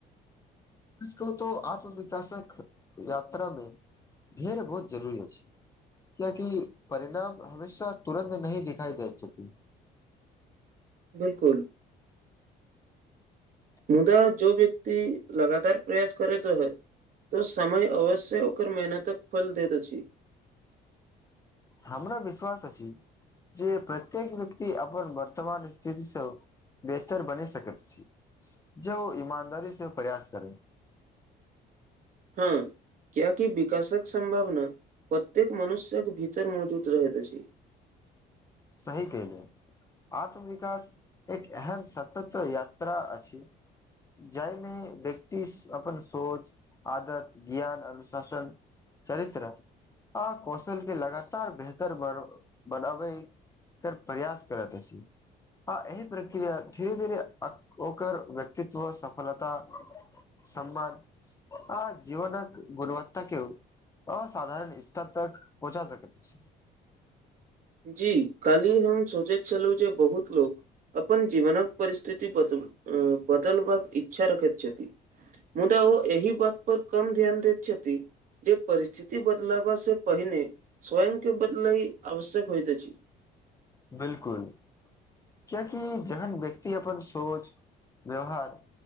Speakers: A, on the left; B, on the right.
A: सच कहू तो आत्मविकासक यात्रा मे ढेर बहुत जरूरी अछि कियाकि परिणाम हमेशा तुरन्त नही दिखाई दैत अछि
B: बिल्कुल
A: <unintelligible>
B: मुदा जो व्यक्ति लगातार प्रयास करैत रहल तऽ समय अवश्य ओकर मेहनतक फल दैत अछि
A: हमरा विश्वास अछि जे प्रत्येक व्यक्ति अपन वर्तमान स्थिति सँ बेहतर बनी सकैत छी जब ओ ईमानदारी से प्रयास करे <unintelligible>
B: हँ कियाकि विकासक सम्भावना प्रत्येक मनुष्यक भीतर मौजूद रहैत अछि
A: सही क लिय आत्मविकास एक एहम सतत यात्रा अछि जायमे व्यक्ति अपन सोच आदत ज्ञान अनुशासन चरित्र आ कौशल के लगातार बेहतर ब बनाबै कर प्रयास करत अछि आ एहि प्रक्रिया धीरे धीरे ओकर व्यक्तित्व सफलता सम्मान आ जीवनक गुणवत्ता केओ असाधारण स्तर तक पहुँचा सकैत छी
B: जी काल्हि हम सोचैत छलौ जे बहुत लोक अपन जीवनक परिस्थिति बद बदलबाक इच्छा रखैत छथि मुदा ओ एहि बात पर कम ध्यान देत छथि जे परिस्थिति बदलाबा से पहिने स्वयं के बदलई आवश्यक होयत अछि
A: बिल्कुल कियाकि जेहन व्यक्ति अपन सोच व्यवहार